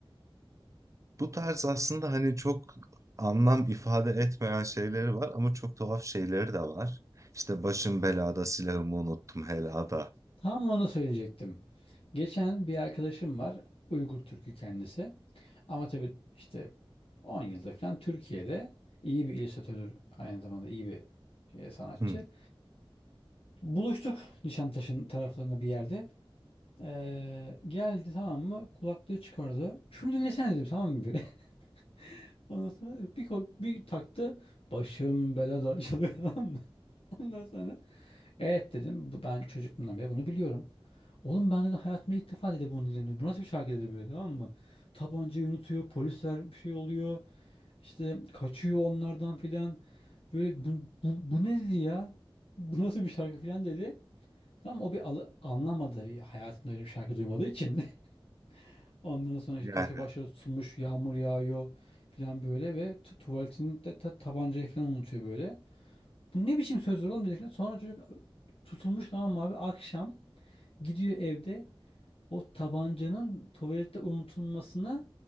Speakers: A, on the right; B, on the left.
A: Bu tarz aslında hani çok anlam ifade etmeyen şeyleri var ama çok tuhaf şeyleri de var. İşte başım belada silahımı unuttum helada.
B: Tam onu söyleyecektim. Geçen bir arkadaşım var. Uygur Türk'ü kendisi. Ama tabii işte 10 yıldır falan Türkiye'de iyi bir illüstratördür. Aynı zamanda iyi bir şey, sanatçı.
A: Hı.
B: Buluştuk Nişantaşı'nın taraflarında bir yerde. Ee, geldi tamam mı? Kulaklığı çıkardı. Şunu dinlesene dedim tamam mı? bir? <laughs> Ondan sonra bir, ko- bir taktı. Başım belada <laughs> çalıyor tamam mı? <laughs> Ondan sonra Evet dedim. Bu, ben çocukluğumdan beri bunu biliyorum. Oğlum ben de hayatımda ilk defa dedi bunu dinledim. Bu nasıl bir şarkı dedi böyle tamam mı? Tabancayı unutuyor, polisler bir şey oluyor. İşte kaçıyor onlardan filan. Böyle bu, bu, bu ne dedi ya? Bu nasıl bir şarkı filan dedi. Tamam o bir al- anlamadı hayatında öyle bir şarkı duymadığı için. <laughs> Ondan sonra işte
A: Yani
B: köşe başları tutulmuş, yağmur yağıyor filan böyle ve tu- tuvaletinde ta- tabancayı filan unutuyor böyle. Bu ne biçim sözler oğlum dedi filan. Sonra çocuk e, tutulmuş tamam mı abi akşam Gidiyor evde o tabancanın tuvalette unutulmasına